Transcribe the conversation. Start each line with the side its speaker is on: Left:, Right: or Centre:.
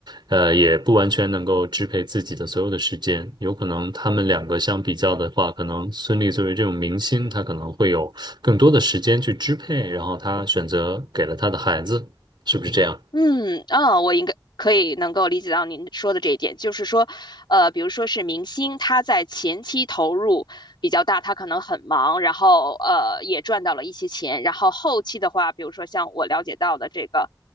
Right: 呃，也不完全能够支配自己的所有的时间。有可能他们两个相比较的话，可能孙俪作为这种明星，她可能会有更多的时间去支配，然后她选择给了她的孩子，是不是这样？
Left: 嗯，啊，我应该可以能够理解到您说的这一点，就是说，呃，比如说是明星，他在前期投入比较大，他可能很忙，然后呃也赚到了一些钱，然后后期的话，比如说像我了解到的这个，